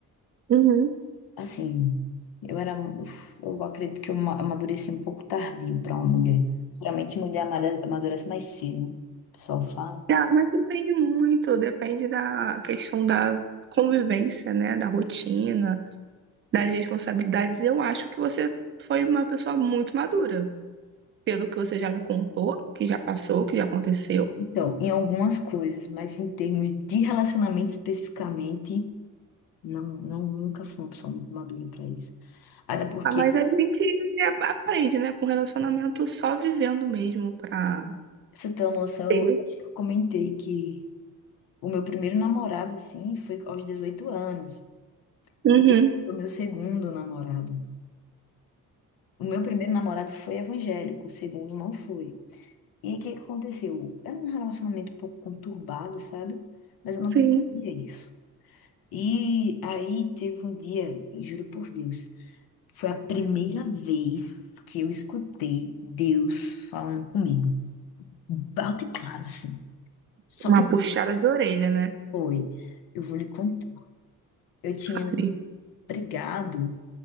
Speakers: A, on the right (about 35°); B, on the left (about 75°).
A: Uhum.
B: Assim, eu era, eu acredito que eu ma- amadureci um pouco tardio para uma mulher. Geralmente mulher amare- amadurece mais cedo, né? O pessoal fala.
A: Ah, mas depende muito, depende da questão da convivência, né, da rotina, das responsabilidades. Eu acho que você foi uma pessoa muito madura, pelo que você já me contou, que já passou, que já aconteceu.
B: Então, em algumas coisas, mas em termos de relacionamento especificamente, não, não nunca fui uma pessoa muito madura para isso. Até porque,
A: Ah, mas a gente a- aprende, né, com relacionamento só vivendo mesmo pra.
B: pra você ter uma noção,
A: Ter.
B: eu acho que eu comentei que o meu primeiro namorado, assim, foi aos 18 anos.
A: Uhum.
B: E o meu segundo namorado. O meu primeiro namorado foi evangélico, o segundo não foi. E aí, o que que aconteceu? Era um relacionamento um pouco conturbado, sabe? Mas eu
A: Sim.
B: não percebia isso. E aí teve um dia, eu juro por Deus, foi a primeira vez que eu escutei Deus falando comigo. Alto e claro, assim. Só
A: Uma
B: que
A: puxada de orelha, né?
B: foi. Eu vou lhe contar. Eu tinha
A: Fale.
B: brigado